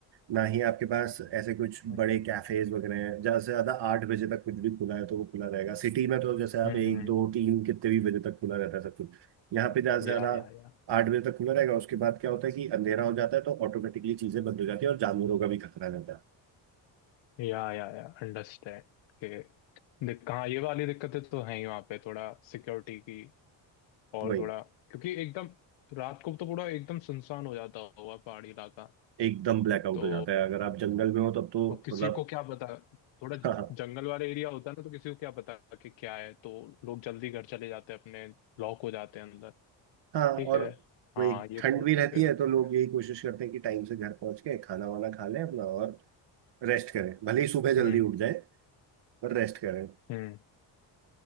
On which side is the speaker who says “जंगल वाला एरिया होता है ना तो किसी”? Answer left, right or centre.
Left